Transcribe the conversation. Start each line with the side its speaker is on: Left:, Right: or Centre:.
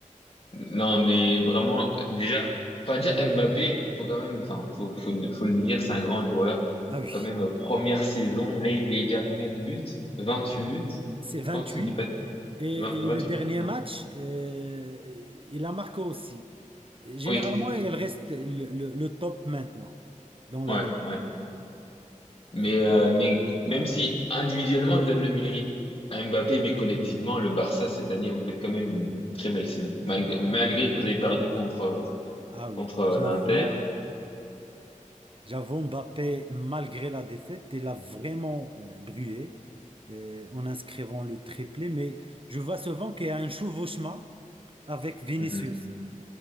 Left: Non, mais vraiment, déjà, enfin, déjà, Mbappé, faut quand même, enfin, faut, faut, faut le dire, c'est un grand joueur.
Right: Ah oui.
Left: Quand même, euh, première saison, là, il est déjà à combien de buts? vingt huit buts?
Right: c'est 28.
Left: Non, si je dis pas,
Right: Et,
Left: 20 28?
Right: et le dernier
Left: Ouais.
Right: match, euh, il a marqué aussi. Généralement,
Left: Oui,
Right: il reste le, le- le top maintenant dans la
Left: ouais,
Right: Ligue.
Left: ouais. Mais,
Right: Et-
Left: euh, mais même si individuellement, je donne le mérite à Mbappé, mais collectivement, le Barça, cette année, vous faites quand même une très belle saison. Malgré,
Right: ah
Left: malgré
Right: oui,
Left: que vous avez perdu contre,
Right: Ah oui,
Left: contre
Right: j'avoue,
Left: l'Inter.
Right: j'avoue, Mbappé, malgré la défaite, il a vraiment euh, brûlé euh, en inscrivant le triplé. Mais je vois souvent qu'il y a un chevauchement avec Vinicius.
Left: Mhm.